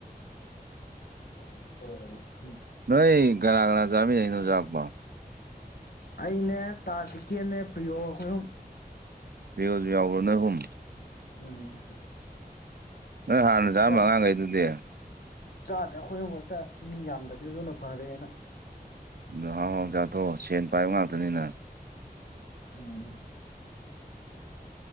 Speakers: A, on the left (about 70°); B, on the right (about 70°).
A: <unintelligible>
B: ꯅꯣꯏ ꯀꯅꯥ ꯀꯅꯥ ꯆꯥꯃꯤꯟꯅꯩꯅꯣ ꯆꯥꯛꯄꯣ
A: ꯑꯅꯦ ꯇꯥꯗꯤꯀꯦꯅꯦ ꯄ꯭ꯔꯤꯌꯣ ꯑꯩꯈꯣꯏ ꯑꯍꯨꯝ
B: ꯄ꯭ꯔꯤꯌꯣꯁꯨ ꯌꯥꯎꯕ꯭ꯔꯣ ꯅꯣꯢ ꯑꯍꯨꯝ
A: ꯎꯝ
B: ꯅꯣꯏ ꯍꯥꯟꯅ ꯆꯥꯔꯝꯕ
A: ꯀ
B: ꯑꯉꯥꯡꯈꯩꯗꯨꯗꯤ
A: ꯆꯥꯗ꯭ꯔꯦ ꯑꯩꯈꯣꯏ ꯑꯍꯨꯝ ꯈꯥꯛꯇ ꯃꯤ ꯌꯥꯝꯗꯕꯁꯤꯅ ꯐꯔꯦꯅ
B: ꯑꯗꯣ ꯍꯥꯎ ꯍꯥꯎꯅ ꯆꯥꯊꯣꯛꯑꯣ ꯁꯦꯟ ꯄꯥꯏꯕ ꯉꯥꯛꯇꯅꯤꯅ
A: ꯎꯝ